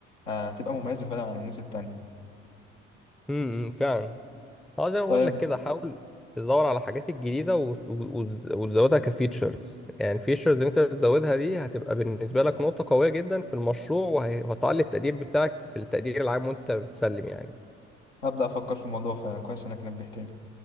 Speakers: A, on the left; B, in the centre.
A: آه، هتبقى مميزة فعلا عن الناس التانية
B: امم فعلا اه زي ما بقول
A: طيب
B: لك كده حاول تدور على الحاجات الجديدة و- و- وتز- وتزودها كفيتشرز يعني الفيتشرز اللي انت تزودها دي هتبقى بالنسبة لك نقطة قوية جدا في المشروع وهي- وهتعلي التقدير بتاعك في التقدير العام وانت بتسلم يعني
A: هبدأ افكر في الموضوع فعلا كويس انك نبهتني